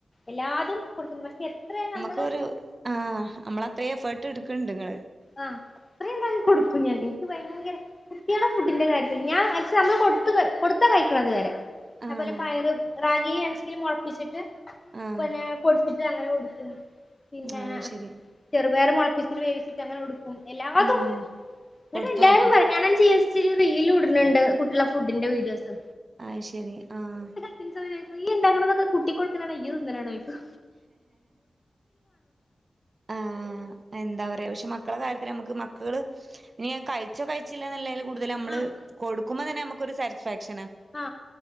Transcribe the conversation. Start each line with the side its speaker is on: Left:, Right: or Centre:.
Left: എല്ലാതും കൊടുക്കുന്നു പക്ഷെ ഞ്ഞി എത്ര നമ്മൾ
Right: ക്ക ഒരു ആ് അമ്മള അത്രേം എഫേർട്ട് ഇട്ക്ക്ണ്ണ്ട് ങ്ങള്
Left: ആഹ് അത്രീണ്ടാക്കി കൊടുക്കും ഞാൻ ഇന്ക്ക് ഭയങ്കര കുട്ട്യേളെ ഫുഡിന്റെ കാര്യത്തില് ഞാൻ ന്നച്ച നമ്മള് കൊടുത്ത് കൊടുത്താ കഴിക്കണത് വരെ
Right: ആഹ്
Left: അതുപോലെ പയര് റാഗിയാണ് ച്ചെലും മുളപ്പിച്ചിട്ട്
Right: ആഹ്
Left: പിന്നെ പൊടിച്ചിട്ട് അങ്ങനെ കൊട്ക്കും. പിന്നെ
Right: ആഹ് ശരി
Left: ചെറുപയർ മൊളപ്പിച്ച് വേവിച്ചി ന്ന്ടുകും, എല്ലാതുടുക്കും
Right: ആഹ് കൊടുത്ത്
Left: ന്ന്ട്ടെല്ലാ
Right: നോക്കും
Left: രും പറി ഞാൻ ചിൽസില് റീലുട്ണ്ട്. കുട്ട്യാളെ ഫുഡിന്റെ വീഡിയോസൊ
Right: അഹ് ശരി, ആഹ്
Left: ഇക്ക ചോയ്ക്കും നീ ഇന് ണ്ടാക്ക്‌ണതൊക്കെ, കുട്ടിക്കൊട്ക്കലാണോ ഇയ്യ് തിന്നലാണോയ്ക്കും.
Right: ആഹ് എന്താ പറയാ, ക്ഷെ മക്കളെ കാര്യത്തിലമ്മക്ക്‌ മക്കള് ഇനിയഹ് കഴിച്ചോ കഴിച്ചിലേന്നല്ലേലും കൂടുതലമ്മള്
Left: ആഹ്
Right: കൊടുക്കുമ്പോതന്നെ, മ്മക്കൊരു സാറ്റിസ്ഫാക്ഷനാ.
Left: ഹാ,